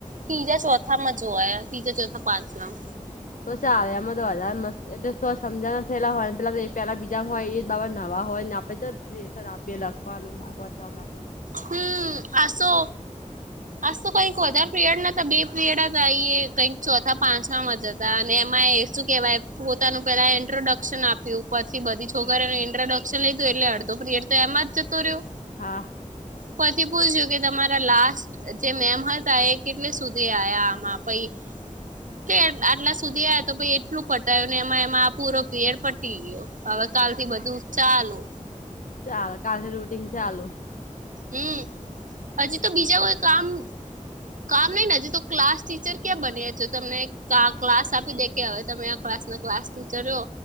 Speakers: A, on the right; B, on the left.
A: તીજા ચોથામાં જોવાયા તીજા, ચોથા, પાંચમાં
B: તો ચાલે એમાં તો વધારે મસ્ત એટલે તો સમજાવાના થેલા હોય પેલા તો પેલા બીજ જા હોય એ જ બાબા નવા હોય ને આપણે તો લેશન આપીએ લખવાનું વાચવાં માટે
A: હમ્મ આસો આજ તો કંઈક વધાર પિરિયડ નહતા બે પીરિયડ હતા ઈએ કંઈક ચોથા પાંચમામાં જ ધા અને એમાં એ શું કેવાય પોતાનું પેલા ઇન્ટ્રોડક્શન આપ્યું પછી બધી છોકરીનું ઇન્ટ્રોડક ક્શન લીધું એટલે અડધો પિરિયડ એમાં જ જતો રીયો.
B: હા.
A: પછી પૂછ્યું કે તમારા લાસ્ટ જે મેમ હતા એ કેટલે સુધી આયા આમાં પહી કે એટ આટલા સુધી આયા તો પહી એટલું પટાયું ને એમાં એમાં આ પૂરો પિરિયડ પતી ગીયો. હવે કાલથી બધું ચાલું
B: ચાલ કાલથી રૂટીન ચાલું.
A: હમ્મ હજી તો બીજા કોઈ કામ કામ નહી હજી તો ક્લાસ ટીચર ક્યાં બન્યા જો તમને કા ક્લાસ આપી દેય કે હવે તમે આ ક્લાસના ક્લાસ ટીચર હો.